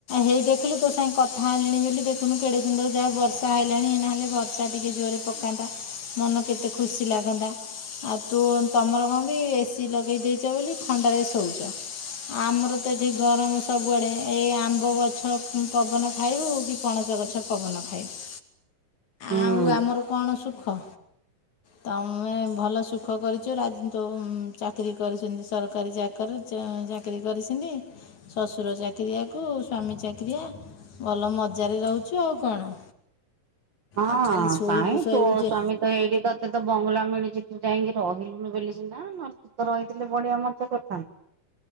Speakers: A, on the left (about 60°); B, on the right (about 60°).
A: ହେଇ ଦେଖିଲୁ ତୋ ସାଙ୍ଗେ କଥା ହେଲିଣି ବୋଲି ଦେଖୁନୁ କେଡେ ସୁନ୍ଦର ଯା ବର୍ଷା ଆଇଲାଣି ଏଇନେ ହେଲେ ବର୍ଷା ଟିକେ ଜୋରରେ ପକାନ୍ତା। ମନ କେତେ ଖୁସି ଲାଗନ୍ତା, ଆଉ ତୁ ତମର କଣ କି ଏସି ଲଗେଇ ଦେଇ ଛ ବୋଲି ଥଣ୍ଡାରେ ଶୋଉଛ। ଆମର ତ ଏଠି ଗରମ ସବୁଆଡେ। ଏଇ ଆମ୍ବ ଗଛ ପବନ ଖାଇବୁ କି ପଣସ ଗଛ୍ ଗଛ ପବନ ଖାଇବୁ।
B: ହୁଁ।
A: ଆଉ ଆମର କଣ ସୁଖ? ତମେ ଭଲ ସୁଖ କରିଛ ରାଜନ ତୁ ଚାକିରୀ କରିଛନ୍ତି ସରକାରୀ ଚାକର। ସେ ଚାକିରୀ କରିସନ୍ତି, ଶ୍ୱଶୁର ଚାକି ଚାକିରିଆକୁ ସ୍ୱାମୀ ଚାକିରିଆ ଭଲ ମଜାରେ ରହୁଛୁ ଆଉ କଣ।
B: ହଁ
A: ଆଉ ଖାଲି ଶୋଇବୁ
B: କାଇଁ
A: ଶୋଇବୁ
B: ତୋ ସ୍ୱାମୀ
A: ଯେ
B: ତ ଏଇଠି ତତେ ତ ବଙ୍ଗଲା ମିଳିଛି ତୁ ଯାଇକି ରହିଲୁନୁ ବୋଲି ସିନା, ନ ତୁ ତ ରହିଥିଲେ ବଢିଆ ମଜା କରିଥାନ୍ତୁ।